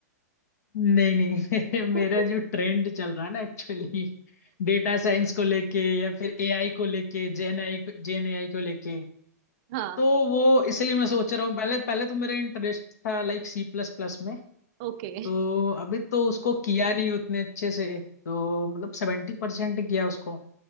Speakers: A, on the left; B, on the right.
A: नहीं नहीं <laughs> मेरे, मेरा
B: <laughs>
A: जो ट्रेंड चल रहा है ना एक्चुअली डेटा साइंस को लेके या फिर एआई को लेके जेन आई को जेन एआई को लेके
B: हाँ
A: तो वो इसलिए मैं सोच रहा हूँ पहले पहले तो मेरा इंटरेस्ट था लाइक सी प्लस प्लस में
B: ओके
A: तो अभी तो उसको किया नहीं उतने अच्छे से तो मतलब सेवेंटी परसेंट किया उसको